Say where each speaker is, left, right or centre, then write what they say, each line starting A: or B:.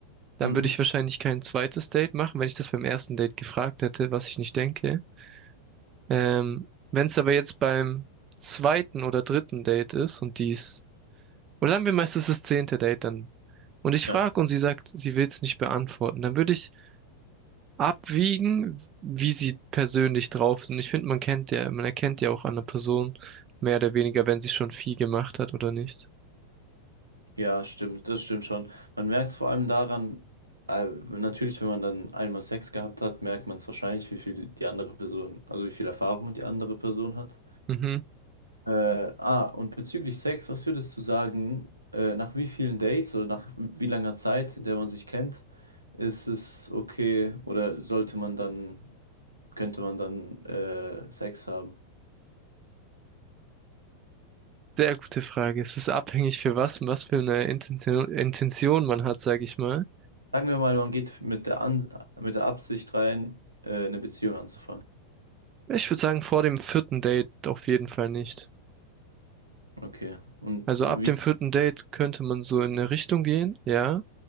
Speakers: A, on the right; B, on the right.
A: dann
B: Mhm.
A: würde ich wahrscheinlich kein zweites Date machen, wenn ich das beim ersten Date gefragt hätte, was ich nicht denke. Ähm, wenn es aber jetzt beim zweiten oder dritten Date ist und dies Oder sagen wir mal, es ist das zehnte Date dann. Und ich
B: Ja.
A: frage und sie sagt, sie will es nicht beantworten. Dann würde ich abwiegen, wie sie persönlich drauf sind. Ich finde, man kennt ja, man erkennt ja auch an einer Person mehr oder weniger, wenn sie schon viel gemacht hat oder nicht.
B: Ja, stimmt, das stimmt schon. Man merkt es vor allem daran, äh, natürlich, wenn man dann einmal Sex gehabt hat, merkt man es wahrscheinlich, wie viel die andere Person, also wie viel Erfahrung die andere Person hat.
A: Mhm.
B: Äh, ah, und bezüglich Sex, was würdest du sagen, äh, nach wie vielen Dates oder nach wie langer Zeit, in der man sich kennt, ist es okay oder sollte man dann, könnte man dann äh, Sex haben?
A: Sehr gute Frage. Es ist abhängig für was und was für eine Intention, Intention man hat, sage ich mal.
B: Sagen wir mal, man geht mit der, An mit der Absicht rein, äh, eine Beziehung anzufangen.
A: Ich würde sagen, vor dem vierten Date auf jeden Fall nicht.
B: Okay. Und
A: Also
B: wie?
A: ab dem vierten Date könnte man so in eine Richtung gehen, ja.